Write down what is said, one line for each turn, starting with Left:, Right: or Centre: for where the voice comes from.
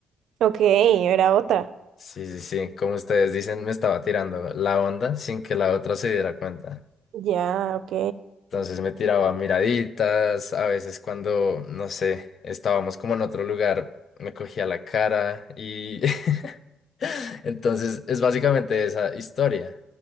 Right: ok, era otra.
Left: Sí, sí, sí, como ustedes dicen, me estaba tirando la onda sin que la otra se diera cuenta.
Right: Ya, ok.
Left: Entonces me tiraba miraditas, a veces cuando, no sé, estábamos como en otro lugar, me cogía la cara y <laughs> entonces es básicamente esa historia.